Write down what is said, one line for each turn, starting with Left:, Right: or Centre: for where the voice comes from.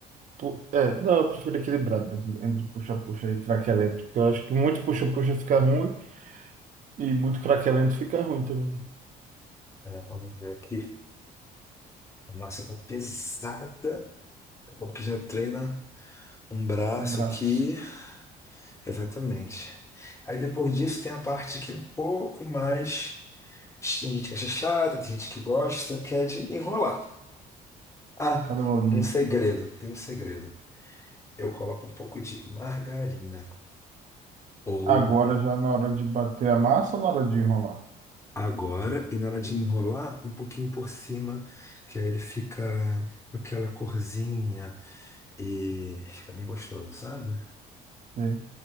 Right: Pu- É, não, eu prefiro equilibrado mesmo, entre puxa-puxa e craquelento, porque eu acho que muito puxa-puxa fica ruim e muito craquelento fica ruim também, né?
Left: É, vamos ver aqui. A massa tá pesada. É bom que já treina um braço
Right: O braço,
Left: aqui. Exatamente. Aí depois disso tem a parte aqui um pouco mais. Tem gente que acha chata, tem gente que gosta, que é de enrolar. Ah,
Right: cada bolinha.
Left: um segredo, tem um segredo. Eu coloco um pouco de margarina. Ou
Right: Agora já na hora de bater a massa ou na hora de enrolar?
Left: agora, e na hora de enrolar, um pouquinho por cima, que aí ele fica com aquela corzinha e fica bem gostoso, sabe?
Right: né?